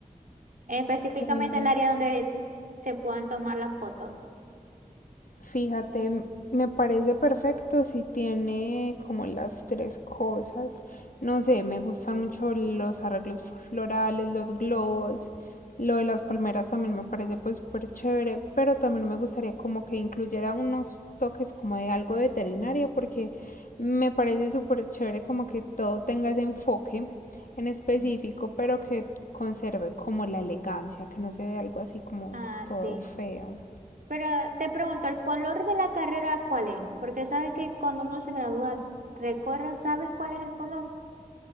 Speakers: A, on the right; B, on the left.
A: Específicamente
B: Mm,
A: el área donde se puedan tomar las fotos.
B: Fíjate, me parece perfecto si tiene como las tres cosas. No sé, me gustan mucho los arreglos florales, los globos. Lo de las palmeras también me parece pues súper chévere, pero también me gustaría como que incluyera unos toques como de algo de veterinario porque me parece súper chévere como que todo tenga ese enfoque en específico,
A: Mm.
B: pero que conserve como la elegancia, que no se vea algo así como
A: Ah,
B: todo
A: sí.
B: feo.
A: Pero te pregunto, ¿el color de la carrera cuál es? Porque sabes que cuando uno se gradúa, recorre, ¿sabes cuál es el color?